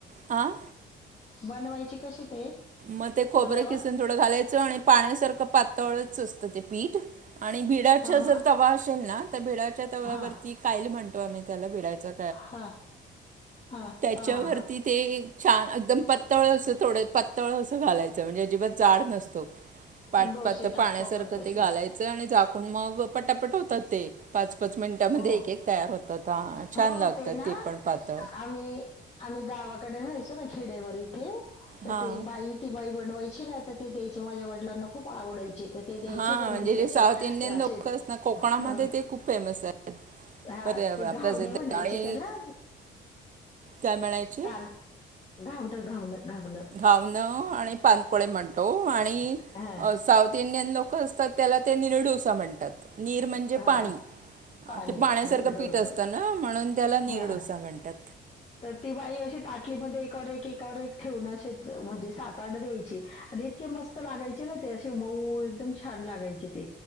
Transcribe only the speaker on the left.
बनवायचे कसे ते
तव्यावर
हा हा
हा
हा हा हा
हा हा
डोसे
टाकतो
आपण तसे
हो
हो
ना
आम्ही आम्ही गावाकडे व्हायचो ना खेडेवर इथे तर
ते बाई ती बाई बनवायची ना आता ते द्यायचे माझ्या वडलांना खूप आवडायचे. तर ते द्यायची
बनून
त असे
असे
अ
हा
ते घावने
म्हणायचे
त्याला
काल घावणं घावणं घावणं
हा
हा
पाणी
आणि डोसं
हा
तर ती बाई अशी ताटलीमध्ये एकावर एक एकावर एक ठेवून असच म्हणजे सात तड द्यायची आणि इतके मस्त लागायचे ना ते असे मऊ एकदम छान लागायचे. थ